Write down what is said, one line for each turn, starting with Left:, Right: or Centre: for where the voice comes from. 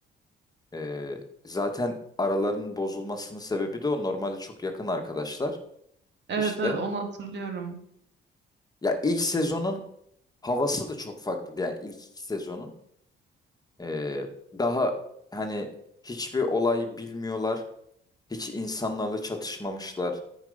Left: Ee, zaten aralarının bozulmasının sebebi de o. Normalde çok yakın arkadaşlar.
Right: Evet
Left: İşte
Right: evet onu hatırlıyorum.
Left: ya ilk sezonun havası da çok farklıydı. Yani ilk iki sezonun. Ee, daha hani hiçbir olay bilmiyorlar. Hiç insanlarla çatışmamışlar.